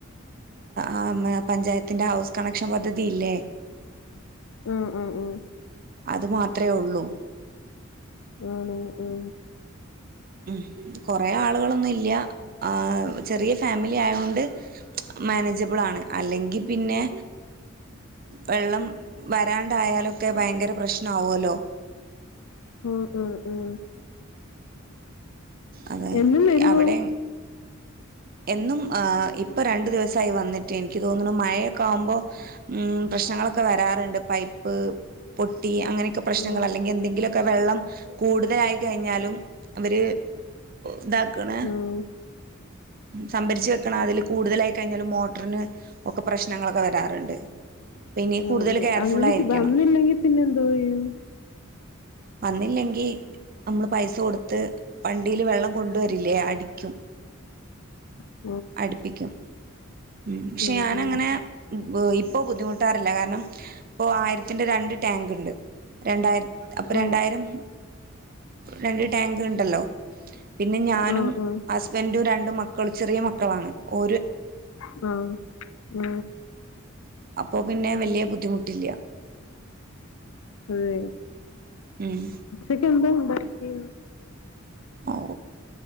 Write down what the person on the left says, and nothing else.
ആ ആ ആ
ആണോ ആ
ആ ആ ആ ആ.
എന്നും വരുവോ
ആ,
ആ, ആ,
ഉം
ഉം
അങ്ങനെ വന്നില്ലെങ്കിൽ പിന്നെ എന്തോ യ്യും
മം
ആ
ആ ആ
ആഹ് ആഹ്
ആഹ ഉ
അതെ
ഉച്ചക്കെക് എന്താ ഉണ്ടാക്കി